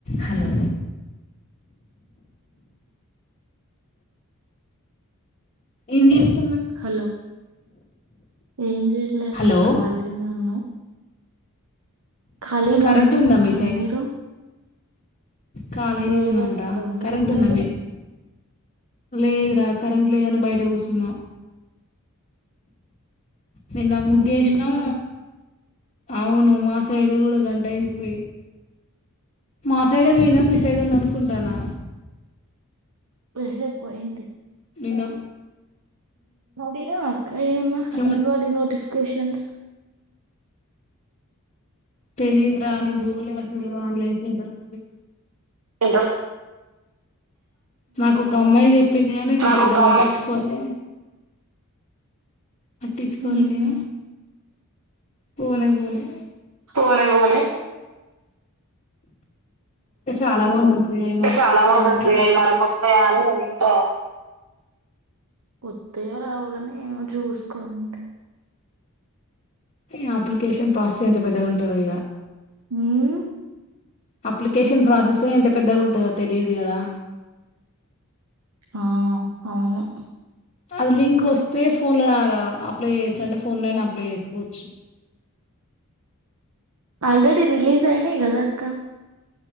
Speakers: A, on the left; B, on the right.
A: హలో ఏం చేస్త
B: హలో ఏం చెయ్యట్లే అక్క
A: హలో
B: కలిగానే ఉన్నాం ఖాళీగానే
A: కరెంట్
B: ఉన్నాం
A: ఉందా
B: అక్క
A: మీ
B: మీరు
A: ఖాళీగానే
B: లేదక్క
A: ఉన్నాండ్రా
B: మీ
A: కరెంట్
B: సైడు?
A: ఉందా మీ సై లేదురా కరెంట్ లేదని బయట కూసున్నం నిన్న ముగ్గేసినాం
B: హ్మ్
A: అవును మా సైడ్ కూడా గంటయింది పోయి మా సైడే పోయినా మీ సైడ్ ఉందనుకుంటానా
B: ఏహే పోయింది
A: విన్నం
B: నోడిరా అక్క ఏమన్నా అంగన్
A: వ
B: వాడి నోటిఫికెషన్స్
A: తెలిద్రా నేను పోలే అసలు ఆన్లైన్ సెంటర్కి
B: ఇంట
A: నాకుొ ఒక అమ్మాయి చెప్పింది కానీ నేను
B: నాకు
A: పెద్ద
B: ఒక
A: పట్టించుకోలే
B: అమ్మాయి
A: పట్టించుకోవాలి
B: ఊహూ
A: నేను పోనే పోలే
B: పోనే బోలె
A: చాలా మంది ఉంటారు ఇగ అవి మనకొత్తయ
B: చాలా మంది
A: అని
B: ఉంట్రి అవి మనకు వత్తయా అని నేను ఇంకా వత్తయో రావోగానీ ఏమో చూసుకో అంతే
A: ఈ అప్లికేషన్ ప్రాసెస్ ఎంత పెద్దగా ఉంటదో ఇగా
B: హ్మ్మ్
A: అప్లికేషన్ ప్రాసెస్ ఎంత పెద్దగా ఉంటుందో తెలియదు కదా
B: ఆ అవును
A: అది లింక్ వస్తే ఫోన్ లోనారా అప్లై చేయొచ్చు, అంటే ఫోన్లనైనా అప్లై చేసుకోవచ్చు.
B: ఆల్రెడీ రిలీజ్ అయినయ్ కదా అక్క.